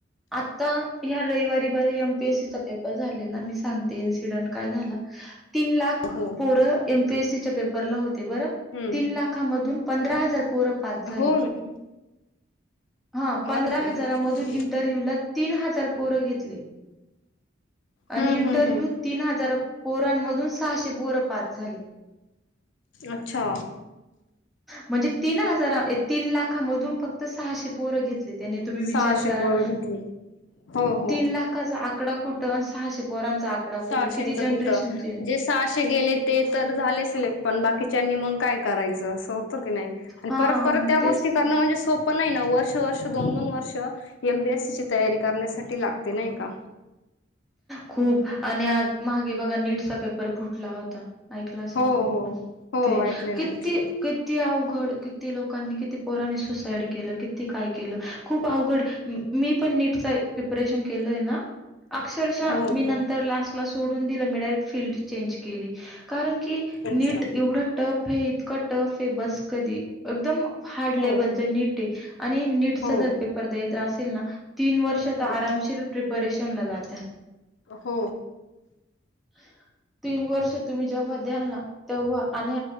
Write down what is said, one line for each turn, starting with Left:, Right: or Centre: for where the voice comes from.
Centre: आ आता ह रविवारी बर एमपीएससीचा पेपर झालेला मी सांगते इन्सिडेंट काय झाला तीन लाख
Left: हो
Centre: पोरं एमपीएससीच्या पेपरला होते बर
Left: हम्म
Centre: तीन लाखामधून पंधरा हजार पोर पाच झाले
Left: हो ना
Centre: हा पंधरा
Left: अरे बापरे
Centre: हजारामधून
Left: अच्छा अच्छा
Centre: इंटरव्ह्यूला तीन हजार पोरं घेतले
Left: हम्म
Centre: आणि इंटरव्ह्यू
Left: हम्म हम्म
Centre: तीन हजार पोरांमधून सहाशे पोर पाच झाले
Left: अच्छा
Centre: म्हणजे तीन हजार तीन ला मधून फक्त सहाशे पोर घेतले त्यानी तुम्ही विचार
Left: सहाशे
Centre: करा
Left: पोरं घेतली हो हो
Centre: तीन लाखाचा आकडा कुठं सहाशे पोरांचा आकडा
Left: सहाशेचं
Centre: कुठं किती जनरेशन
Left: कुठं
Centre: चेंज
Left: जे सहाशे गेले ते तर झाले सिलेक्ट पण बाकीच्यांनी मग काय करायचं असं होतं की नाही आणि
Centre: हां,
Left: परत परत त्या
Centre: तेच
Left: गोष्टी
Centre: तर.
Left: करणं म्हणजे सोप पण नाही ना वर्ष वर्ष दोन दोन वर्ष एमबीएससीची तयारी करण्यासाठी लागते नाही का
Centre: खूप आणि आज महागे बघा नीटचा पेपर फुटला होता ऐकला असेल
Left: हो
Centre: तुम्ही पण
Left: हो हो
Centre: ते
Left: ऐकले
Centre: किती
Left: ना ऐकले ना.
Centre: किती अवघड किती लोकांनी किती पोराने सुसाड केलं किती काय केलं खूप अवघड मी पणट प्रिपरेशन केलंय ना अक्षरशः
Left: हो
Centre: मी
Left: हो
Centre: नंतर लास्टला सोडून दिलं मी डायरेक्ट फीलल्ड चेंज केली कारण की
Left: अच्छा
Centre: नीट एवढं टफ हेै इतका टफ ब कधी एकदम हार्ड
Left: हो
Centre: लेवल नीट आहे आणि नीट
Left: हो
Centre: जर पेपर द्या अस तीन वर्ष तर
Left: हो
Centre: आरामशीर प्रिपरेशन ला जाते
Left: हो
Centre: ह तीन वर्ष तुम्ही जेव्हा द्याल ना तेव्हा आणि